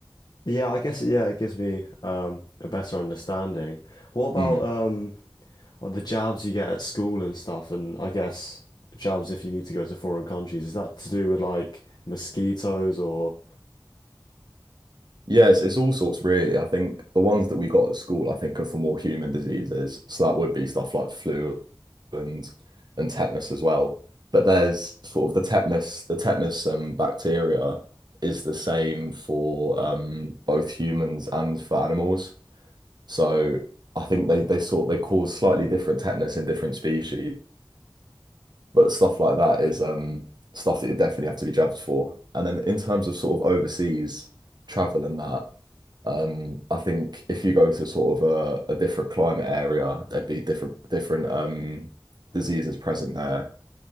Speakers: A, on the left (about 50°); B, on the right (about 55°).
A: Yeah, I guess. Yeah, it gives me um a better understanding. What about
B: Mm.
A: um like the jabs you get at school and stuff? And I guess jabs if you need to go to foreign countries. Is that to do with like mosquitoes or?
B: Yeah, it's, it's all sorts really. I think the ones that we got at school, I think, are for more human diseases. So that would be stuff like flu and and tetanus as well. But there's sort of the tetanus, the tetanus um, bacteria is the same for um, both humans and for animals. So I think they they sort they cause slightly different tetanus in different species. But stuff like that is um, stuff that you definitely have to be jabbed for. And then in terms of sort of overseas travel and that, um, I think if you go to sort of a, a different climate area, there'd be different different um, diseases present there.